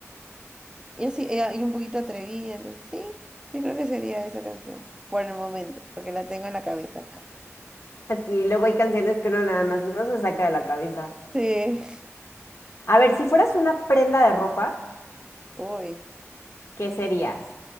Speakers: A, on the right (about 15°); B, on the left (about 60°).
A: Yo sí, ella- y un poquito atrevida, entonces sí, yo creo que sería esa canción, por el momento, porque la tengo en la cabeza. nada.
B: Y luego hay canciones que uno nada más no se saca de la cabeza.
A: Sí,
B: A ver, si fueras una prenda de ropa,
A: uy,
B: ¿qué serías?